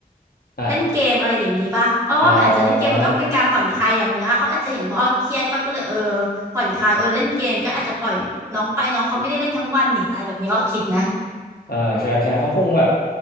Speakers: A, on the left; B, on the right.
A: อ่ะ
B: เล่นเกมอะไรอย่างนี้ป่ะอ้อว่ามันอาจจะเล่นเกมมันก็เป็นการผ่อนคลายอย่างเนื้อะเขาอาจจะเห็นว่าอ้อเครียดป่ะก็เลยเออ
A: อ่า
B: ผ่อนคลายเออเล่นเกมก็อาจจะปล่อยน้องไปน้องเขาไม่ได้เล่นทั้งวันนี่อะไรแบบนี้อ้อคิดนะ
A: อ่าใช่ใช่เขาคงแบบ